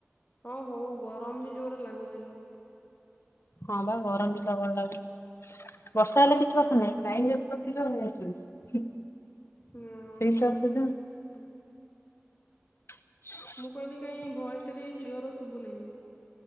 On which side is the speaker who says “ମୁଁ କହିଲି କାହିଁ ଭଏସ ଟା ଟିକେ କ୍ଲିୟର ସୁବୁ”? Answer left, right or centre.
Left